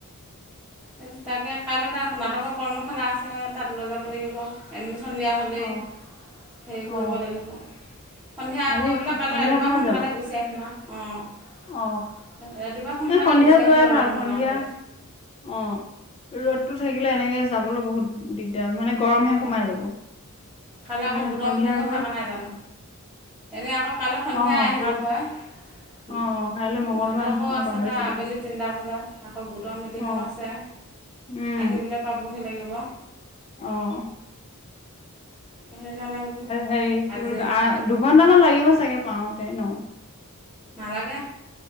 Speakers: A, in the centre; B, on the left (about 25°).
A: সেইটো তাকে কাইলৈ তাত নাটকৰ কৰ্মশালা আছে তাত লৈ যাব লাগিব৷ এ সন্ধিয়া হ'লেই।
B: অ
A: হেৰি
B: অ
A: কৰিব লাগিব সন্ধিয়া
B: আজি
A: গৈ পেলাই কাইলৈ
B: সন্ধিয়া
A: ৰাতিপুৱা
B: সময়ত
A: সোনকালে
B: যাব
A: গুচি আহিম আৰু। অঁ ৰাতিপুৱা
B: অ
A: সোনকালে
B: এই সন্ধিয়া
A: গুচি
B: যোৱাই
A: আহিম ৰ'দ
B: ভাল সন্ধিয়া
A: নোলাওতে।
B: অ', ৰ'দতো থাকিলে এনেকে যাবলৈ বহুত দিগদাৰ মানে গৰমহে
A: অঁ
B: সোমাই যাব।
A: কাইলৈ
B: সেইকাৰণে
A: আকৌ গোটৰ
B: সন্ধিয়া
A: মিটিঙো
B: গৈ
A: থকা নাই জানো। এনেই আকৌ কাইলৈ সন্ধিয়াই
B: অ
A: আহিলোঁ
B: কাল
A: হয়। সিতকো
B: অ অ কাইলৈ মঙ্গলবাৰ নহয় মই
A: আছে
B: পাহৰিছিলো
A: তাৰ আবেলি তিনিটা বজাত আকৌ গোটৰ মিটিংও
B: অ
A: আছে।
B: উম
A: আহিবলৈ পাবহি লাগিব।
B: অ'।
A: সেইকাৰণে বোলো
B: হেৰি
A: আজিয়ে
B: কি বুলি ক
A: যাম আৰু
B: দুঘন্টামান লাগিব চাগে পাওঁতে ন।
A: নালাগে।